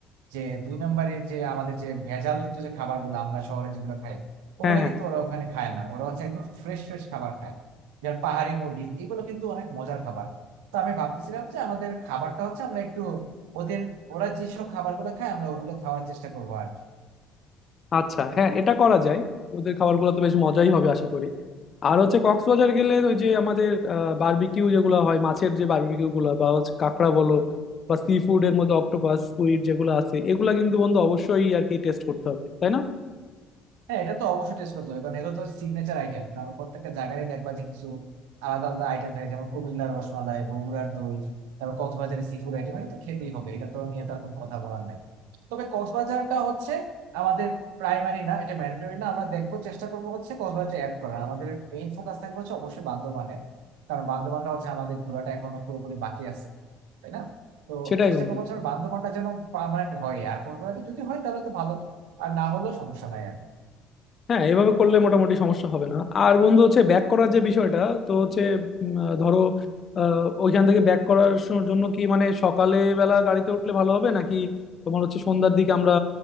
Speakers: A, on the right; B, on the left.
A: যে দুই নম্বরের যে আমাদের যে ভেজাল যুক্ত যে খাবারগুলো আমরা শহরে যেগুলো খাই ওগুলো
B: হ্যাঁ হ্যাঁ
A: কিন্তু ওরা ওখানে খায় না ওরা হচ্ছে একদম ফ্রেশ ফ্রেশ খাবার খায় যেমন পাহাড়ি মুরগি এগুলো কিন্তু অনেক মজার খাবার তো আমি ভাবতেছিলাম যে আমাদের খাবারটা হচ্ছে আমরা একটু ওদের ওরা যেসব খাবারগুলো খায় আমরা ওগুলো খাওয়ার চেষ্টা করবো আর কি
B: আচ্ছা হ্যাঁ এটা করা যায় ওদের খাবারগুলো তো বেশ মজাই হবে আশা করি আর হচ্ছে কক্সবাজার গেলে ওই যে আমাদের বারবিকিউ যেগুলো হয় মাছের যে বারবিকিউ গুলো বা হচ্ছে কাঁকড়া বলো বা সি ফুড এর মধ্যে অক্টোপাস স্কুইড যেগুলো আছে এগুলা কিন্তু বন্ধু অবশ্যই আর কি টেস্ট করতে হবে তাই না
A: হ্যাঁ এটা তো অবশ্যই টেস্ট করতে হবে কারণ এগুলো তো সিগনেচার আইটেম কারণ প্রত্যেকটা জায়গায় দেখবা যে কিছু আলাদা আলাদা আইটেম থাকে যেমন কুমিল্লার রসমালাই বগুড়ার দই তারপর কক্সবাজারের সি ফুড আইটেম এটা তো খেতেই হবে এটা তো নিয়ে তার কোনো কথা বলার নাই তবে কক্সবাজারটা হচ্ছে আমাদের প্রাইমারি না এটা ম্যান্ডেটরি না আমরা দেখবো চেষ্টা করবো হচ্ছে কক্সবাজার অ্যাড করা আমাদের মেইন ফোকাস থাকবে হচ্ছে অবশ্যই বান্দরবানে কারণ বান্দরবানটা হচ্ছে আমাদের ঘোরাটা এখনো পুরোপুরি বাকি আছে তাই না তো
B: সেটাই
A: চেষ্টা
B: বন্ধু
A: করবো হচ্ছে আমার বান্দরবানটা যেন পার্মানেন্ট হয় আর কক্সবাজারটা যদি হয় তাহলে তো ভালো আর না হলেও সমস্যা নাই আর
B: হ্যাঁ এভাবে করলে মোটামুটি সমস্যা হবে না আর বন্ধু হচ্ছে ব্যাক করার যে বিষয়টা তো হচ্ছে উম, আহ, ধরো আহ, ওইখান থেকে ব্যাক করার স- জন্য কি মানে সকালে বেলা গাড়িতে উঠলে ভালো হবে নাকি তোমার হচ্ছে সন্ধ্যার দিকে আমরা